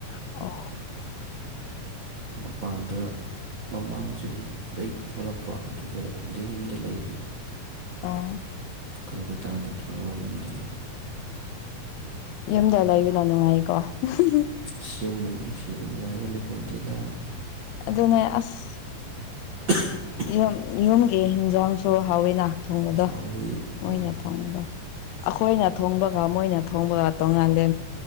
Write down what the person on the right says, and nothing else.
ꯃꯄꯥꯟꯗ ꯃꯃꯥꯡ ꯆꯍꯤꯗꯩ ꯊꯣꯛꯂꯛꯄ ꯑꯗꯨꯗ ꯑꯗꯩ ꯌꯨꯝꯗ ꯂꯩꯔꯤ
ꯀꯣꯜꯀꯥꯇꯥꯗꯩ ꯊꯣꯛꯂꯛꯑꯥ ꯌꯨꯝꯗ ꯂꯩ
<unintelligible> ꯌꯨꯝꯃꯨꯛ ꯅꯨꯡꯁꯤꯕ ꯅꯨꯡꯉꯥꯏꯕ ꯂꯩꯄꯣꯟꯇꯦꯗ
<unintelligible>
ꯍꯥꯎꯋꯤ
ꯎꯝ